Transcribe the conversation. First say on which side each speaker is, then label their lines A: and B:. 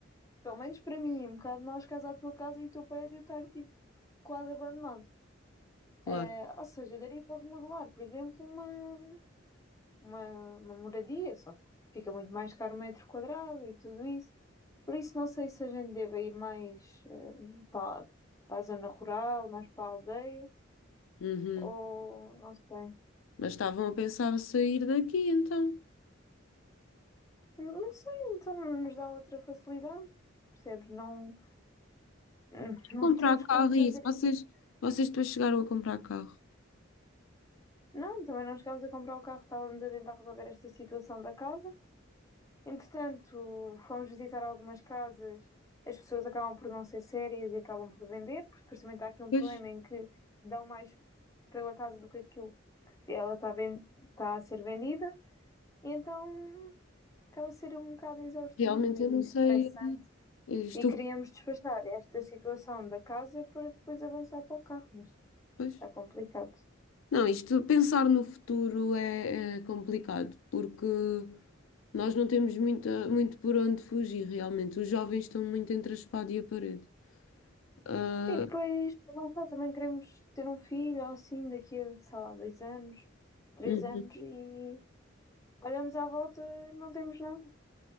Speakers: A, on the left (about 15°); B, on the left (about 85°).
A: pelo menos para mim, um bocado mais caso à tua casa e o teu prédio estar tipo quase abandonado.
B: claro.
A: Eh, ou seja, daria para remodelar, por exemplo, uma, uma, uma moradia, só que fica muito mais caro o metro quadrado e tudo isso. Por isso não sei se a gente deve ir mais eh, para, para a zona rural, mais para a aldeia,
B: Uhum.
A: ou não sei.
B: Mas estavam a pensar sair daqui, então.
A: Não sei, então não nos dá outra facilidade, percebes? Não, <laughs> não
B: E comprar
A: temos
B: carro
A: como fazer
B: e isso. Vocês, vocês depois chegaram a comprar carro.
A: Não, também não chegámos a comprar o carro, estávamos a tentar resolver esta situação da casa. Entretanto, fomos visitar algumas casas, as pessoas acabam por não ser sérias e acabam por vender, porque depois também está aqui um
B: Pois,
A: problema em que dão mais pela casa do que aquilo que ela está, ven- está a ser vendida, e então acaba a ser um bocado exaustivo
B: realmente
A: e
B: eu não
A: estressante.
B: sei. Eu Estou.
A: E queríamos despachar esta situação da casa para depois avançar para o carro, mas
B: Pois.
A: está complicado.
B: Não, isto, pensar no futuro é, é complicado, porque nós não temos muita, muito por onde fugir, realmente. Os jovens estão muito entre a espada e a parede. Ah,
A: E depois, lá está, também queremos ter um filho ou assim daqui a, sei lá, dois anos, três
B: uhum,
A: anos e olhamos à volta e não temos nada.